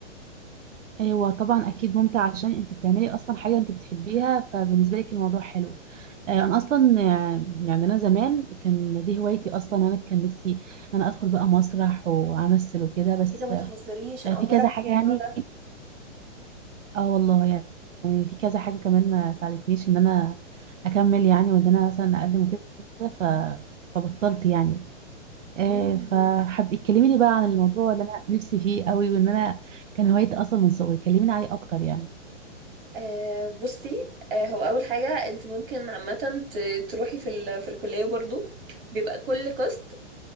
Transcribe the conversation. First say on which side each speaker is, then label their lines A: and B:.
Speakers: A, on the right (about 85°); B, on the right (about 45°).
A: ايوه طبعا اكيد ممتع عشان انت بتعملي اصلا حاجه انت بتحبيها فبالنسبه لك الموضوع حلو آه، انا اصلا آه، يعني انا زمان كان دي هوايتي اصلا انا كان نفسي ان انا ادخل بقى مسرح وامثل وكده بس
B: ايه ده ما تهزريش
A: آه،
B: انا اول
A: في
B: مره
A: كذا
B: اعرف
A: حاجه
B: الموضوع
A: يعني
B: ده
A: اه والله يعني يعني في كذا حاجه كمان ما ساعدتنيش ان انا اكمل يعني وان انا مثلا اقدم وكده ف- فبطلت يعني آه،
B: امم
A: فحب اتكلمي لي بقى عن الموضوع اللي انا نفسي فيه قوي وان انا كان هوايتي اصلا من صغري كلميني عليه اكتر يعني
B: آه بصي آه هو اول حاجه انت ممكن عامه ت- تروحي في ال... في الكليه برضو بيبقى كل كاست